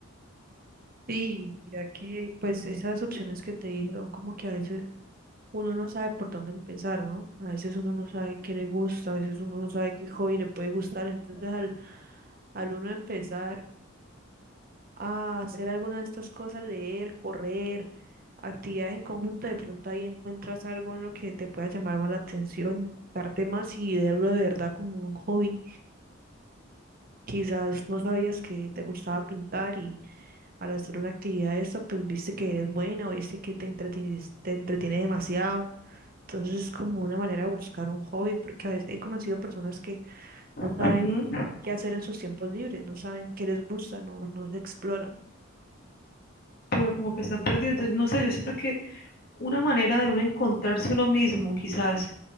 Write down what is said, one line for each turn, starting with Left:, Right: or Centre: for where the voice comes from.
Right: Sí, mira que pues esas opciones que te di son como que a veces uno no sabe por dónde empezar, ¿no? A veces uno no sabe qué le gusta, a veces uno no sabe qué hobby le puede gustar, entonces al, al uno empezar a hacer alguna de estas cosas, leer, correr, actividades en conjunto, de pronto ahí encuentras algo en lo que te pueda llamar más la atención, y enfocarte más y verlo de verdad como un hobby. Quizás no sabías que te gustaba pintar y al hacer una actividad de esta, pues viste que eres buena o viste que te entretienes- te entretiene demasiado. Entonces es como una manera de buscar un hobby, porque a veces he conocido personas que no saben
Left: Ujú,
Right: qué hacer en sus tiempos libres, no saben qué les gusta, no, no se exploran.
Left: Pero como que están perdidos, entonces no sé, yo siento que una manera de uno encontrarse uno mismo, quizás,